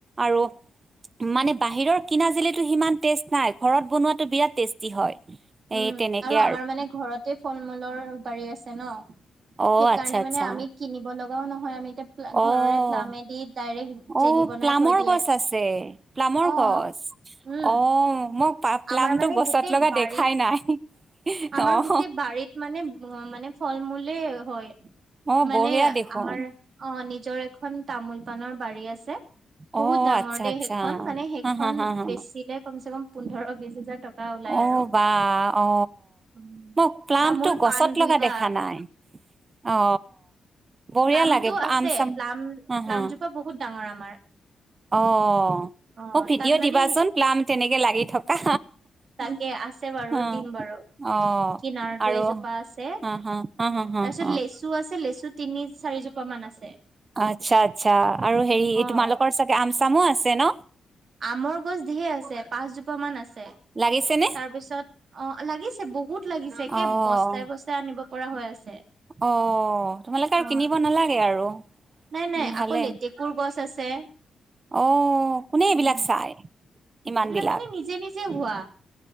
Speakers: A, on the right; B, on the right.
A: আৰু মানে বাহিৰৰ কিনা জিলো সিমান টেষ্ট নাই ঘৰত বনোৱাাতটো বিৰাট টেষ্টি হয়
B: উম
A: এই তেনেকে
B: আৰু আমাৰ মানে ঘৰতে ফল মূলৰ বাৰী আছে ন
A: অ',
B: সেইকাৰণে
A: আচ্ছা আচ্ছা
B: মানে আমি কিনিব লগাও নহয় আমি এতিয়া ঘৰৰে
A: অ',
B: প্লামেদি ডাইৰেক্ট জেলি
A: অ
B: বনাই
A: প্লামৰ
B: থৈ দিয়ে
A: গছ আছে প্লামৰ
B: অ
A: গছ
B: উম
A: অ মোক পাপ্লামতটো
B: আমাৰ মানে
A: গছত
B: গোটেই
A: লগা
B: বাৰীত
A: দেখাই নাই
B: আমাৰ
A: অ',
B: গোটেই বাৰীত মানে মানে ফল মূলে হয়
A: অ',
B: মানে
A: বঢ়িয়া দেখোন
B: আমাৰ অ নিজৰ এখন তামোল পাণৰ বাৰী আছে
A: অ'
B: বহুত ডাঙৰ
A: আচ্ছা
B: দে
A: আচ্ছা
B: সেইখন মানে সেইখন
A: হা হা হা হা
B: বেচিলে কমচে কম পোন্ধৰ বিশ হাজাৰ টকা ওলাই
A: অ
B: আৰু
A: বা অ
B: উম,
A: মোক প্লাম্পটো
B: তামোল
A: গছত
B: পাণ দুইটা
A: লগা দেখা নাই অ বঢ়িয়া
B: প্লামতটো
A: লাগে
B: আছে
A: আম চাম
B: প্লাম
A: হা
B: প্লামজোপা
A: হা
B: বহুত ডাঙৰ আমাৰ
A: অ
B: অ',
A: মোক ভিডিঅ'
B: তাত মানে
A: দিবাচোন প্লাম তেনেকে লাগি থকা
B: তাকে আছে বাৰু
A: অ'
B: দিম বাৰু
A: অ'
B: কিনাৰটোো
A: আৰু
B: এজোপা আছে তাৰপিছত
A: হা হা হা হা হা হা
B: লেচু আছে লেচুত তিনি চাৰিজোপা মান আছে
A: আচ্ছা আচ্ছা আৰু হেৰি এই
B: অ',
A: তোমালোকৰ চাগে আম চামো আছে ন
B: আমৰ গছ ঢেৰ আছে পাঁচজোপা মান আছে
A: লাগিছেনে
B: তাৰ পিছত অ লাগিছে বহুত লাগিছে একে
A: অ'
B: বস্তাই বস্তাই আনিব পৰা হৈ আছে
A: অ তোমালোকে আৰু
B: অ',
A: কিনিব নালাগে আৰু
B: নাই নাই
A: ভালে
B: আকৌ লেতেকুৰ গছ আছে
A: অ কোনে
B: উম,
A: এইবিলাক চাই ইমান
B: এইবিলাক
A: বিলাক
B: মানে নিজে নিজে হোৱা